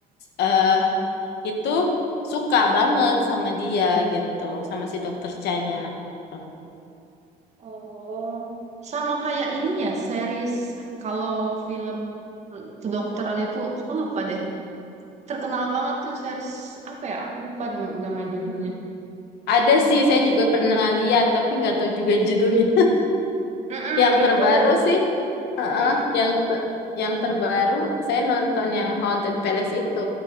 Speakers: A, on the left; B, on the right.
A: eh itu suka banget sama dia gitu sama si dokter Chanya gitu
B: Oh, sama kayak ini ya, series kalau film kedokteran itu aku lupa deh. Terkenal banget tuh series apa ya? Aku lupa nam- nama judulnya.
A: ada sih saya juga pernah lihat tapi nggak tahu juga judulnya
B: Mm-mm,
A: Yang terbaru
B: itu
A: sih, heeh,
B: mm,
A: yang te- yang terbaru saya nonton yang Haunted Palace itu,